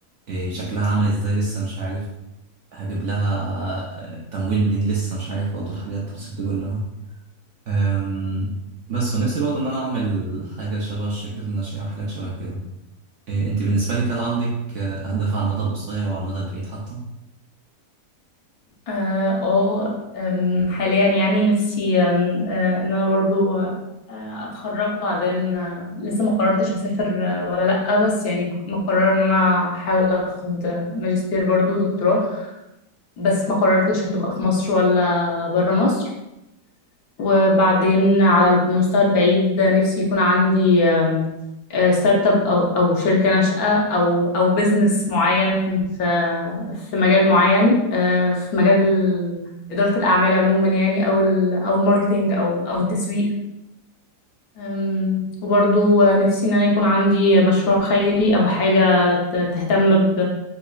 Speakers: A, on the right; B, on the left.
A: إيه شكلها عامل ازاي لسه مش عارف هجيب لها أه، تمويل منين لسه مش عارف برضه الحاجات التفاصيل دي كلها أم، بس ونفسي برضه ان انا اعمل حاجة شبه الشركات الناشئة وحاجات شبه كده إيه انت بالنسبة لك هل عندك أه، اهداف على المدى القصير وعلى المدى البعيد حتى؟
B: اه آه، أم، حاليا يعني نفسي أم، آه، ان انا برضو آه، اتخرج وبعدين آه، لسه ما قررتش هسافر آه، ولا لا بس يعني مقررة ان انا احاول اخد ماجستير برضو دكتوراه بس ما قررتش هتبقى في مصر ولا برا مصر وبعدين على المستوى البعيد نفسي يكون عندي آم، آه، ستارت اب او او شركه ناشئه او او بزنس معين في في مجال معين آه، في مجال اداره الاعمال عموما يعني او ال او الماركتينج او او التسويق أم، وبرضو نفسي ان انا يكون عندي مشروع خيري او حاجه ت- تهتم ب...